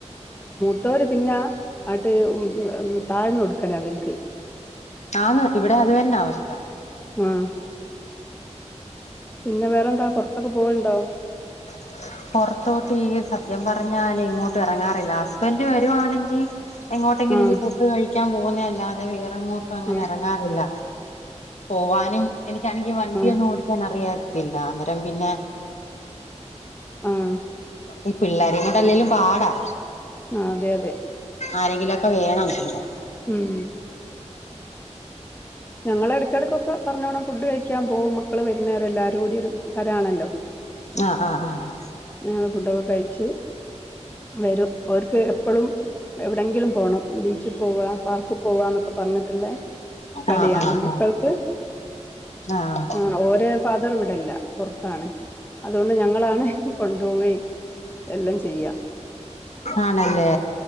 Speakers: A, on the left (about 15°); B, on the left (about 70°).
A: ത്തോല് പിന്നാ ആട്ട് ഉം ഉം ഉം താഴ്ന്ന് കൊടുക്കലാവര്ക്ക്
B: ആന്ന് ഇവിടെ അതന്നെവസ്ഥ
A: ഉം പിന്നെ വേറെന്താ പോറത്തൊക്കെ പോവല്ണ്ടോ
B: <inaudible> പൊറത്തോട്ടീ സത്യം പറഞ്ഞാലെങ്ങോട്ടെറങ്ങാറില്ല ഹസ്ബൻഡ് വരുആണെങ്കി എങ്ങോട്ടെങ്കിലും
A: ആഹ്
B: ഈ ഫുഡ് കഴിക്കാൻ പോകുന്നേയല്ലാതെ വേറെങ്ങോട്ടും അങ്ങനെറങ്ങാറില്ല.
A: ആഹ്
B: പോവാനും എനിക്കാണെങ്കി വണ്ടിയൊന്നും
A: ആഹ്
B: ഓടിക്കാൻ അറിയാത്തില്ല അന്നേരം പിന്നെ
A: ആഹ്
B: ഈ പിള്ളേരെകൊണ്ടല്ലേലും പാടാ
A: അതെയതെ
B: ആരെങ്കിലൊക്കെ വേണം കൂടെ
A: ഉം ഞങ്ങളെടക്കെടക്കൊക്കെ പറഞ്ഞോണം ഫുഡ് കഴിക്കാൻ പോവും മക്കൾ വരുന്നേരല്ലാരും കൂടി ഒരു ഹരാണല്ലോ
B: ആഹ് ആഹ് ആഹ്
A: ഞങ്ങൾ ഫുഡൊക്കെ കഴിച്ച് വരും അവർക്ക് എപ്പളും എവടെങ്കിലും പോണം ബീച്ചി പോവാ പാർക്ക് പോവാന്നൊക്കെ പർഞ്ഞിട്ട്ള്ളെ കളിയാണ്
B: ആഹ് ആഹ് ആഹ്
A: മക്കൾക്ക്
B: ആഹ് ആഹ്
A: ആ ഓര് ഫാദർ ഇവിടെല്ല പൊർത്താണ് അതോണ്ട് ഞങ്ങളാണ് കൊണ്ടോവെയ് എല്ലം ചെയ്യ
B: ആണല്ലേ